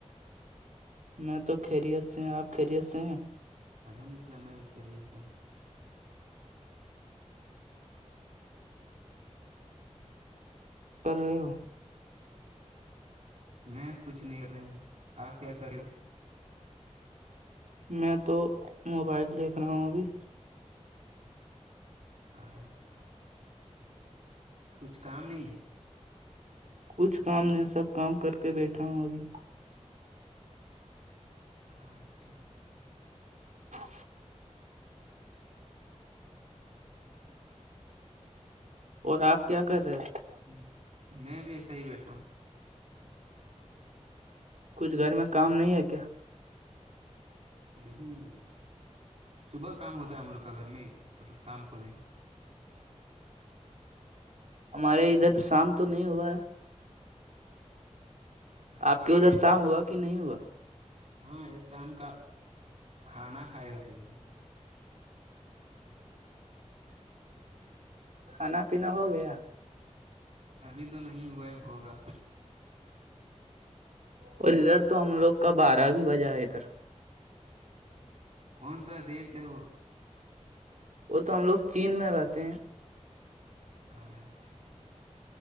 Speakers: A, on the right; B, on the right.
A: میں تو خیریت سے ہیں آپ خیریت سے ہیں
B: الحمد اللہ میں بھیھیرییس ہوں
A: کر رہے ہو
B: میں کچھ نہیں کر رہی ہوں آپ کیا کر رہے ہو
A: میں تو موبائل دیکھ رہا ہوں ابھی
B: اچھا کچھ کام نہیں ہے
A: کچھ کام نہیں سب کام کر کے بیٹھا ہوں ابھی
B: اچھا
A: اچ اور آپ کیا کر رہے ہیں
B: ہوں میں بھی ایسا ہی بیٹھا ہوں
A: کچھ گھر میں کام نہیں ہے کیا
B: نہیں صبح کام ہوتا ہے ملک کا گھر میں شام کو نہیں
A: ہمارے ادھر شام تو نہیں ہوا ہے
B: اچھا
A: آپ کے ادھر شام ہوا کہ نہیں ہوا
B: ہاں شام کا کھانا کھائے گا پھر
A: کھانا پینا ہو گیا
B: ابھی تو نہیں ہوا ہوگا
A: اور ادھر تو ہم لوگ کا بارہ بھی بجہ ہے ادھر
B: کون سا دیش ہے وہ
A: وہ تو ہم لوگ چین میں رہتے ہیں
B: اچھا